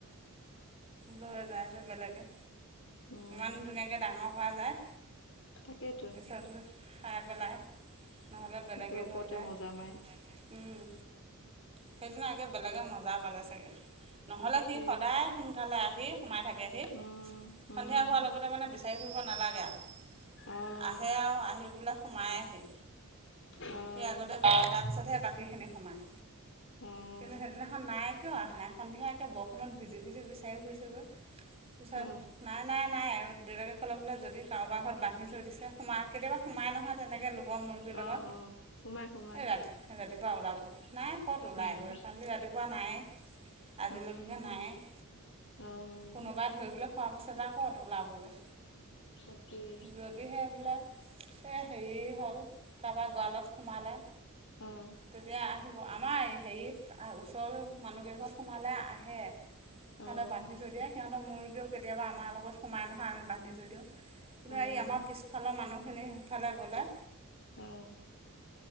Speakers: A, on the right; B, on the left.
A: লৈ যায় যে বেলেগে,
B: উম,
A: ইমান ধুনীয়াকৈ ডাঙৰ কৰা যায়।
B: তাকেইতো।
A: ৰনজো খাই পেলাই। নহ'লে বেলেগে
B: বুকে ওপৰতে
A: লৈ যায়,
B: মজা মাৰে
A: উম',। সেইদিনা একে বেলেগে মজা পালে চাগে, নহ'লে
B: তাকে
A: সি সদায় কালে আহি সোমাই থাকেহি,
B: উম,
A: সন্ধিয়া
B: উম,
A: হোৱা লগতে মানে বিচাৰি ফুৰিব নালাগে আওঁ।
B: অ',
A: আহে আওঁ আহিবোলে সোমায়হি।
B: অ',
A: সি আগতে তাপিছতহে বাকীখিনি সোমায়,
B: অ',
A: কিন্তু সেদিন সেইদিনাখন নাই কিয় অহা নাই, সন্ধিয়াএকে বৰষুণত ভিজি ভিজি বিচাৰি ফুৰিছোগৈ। পিছত
B: অ',
A: নাই- নাই- নাই আৰু দেউতাকে ক'লে, বোলে যদি কাৰোবাৰ ঘৰত বান্ধি থৈ দিছে সোমা কেতিয়াবা সোমাই নহয়, তেনেকে লোকৰ মুৰ্গীৰ লগত।
B: অ', অ',। সোমাই সোমাই
A: এ' ৰাতি ৰাতিপুৱা ওলাব, নাই ক'ত ওলাইগৈ
B: উম,
A: কালি ৰাতি ৰাতিপুৱা নাই, আজিলৈকে
B: উম,
A: নাইয়ে।
B: অ',
A: কোনোবাই ধৰিবলৈ খোৱা পিছত আওঁ কত ওলাবগৈ
B: তাকেই
A: যত দি সে বোলে এ' হেৰি হ'ল, কাবা গঁৱালত সোমালে।
B: অ',
A: তেতিয়া আহিব আমাৰ হেৰিত আ' ওচৰ মানুহ কেঘৰত সোমালে আহে। হেঁতে
B: অ',
A: বান্ধি থৈ দিয়ে, সিহঁত মুৰ্গীও কেতিয়াবা আমাৰ লগত সোমাই নহয় আমি বান্ধি থৈ দিওঁ। নে
B: অ',
A: এই আমাৰ পিছফাল মানুহখিনি সেইফালে গ'লে।
B: উম',।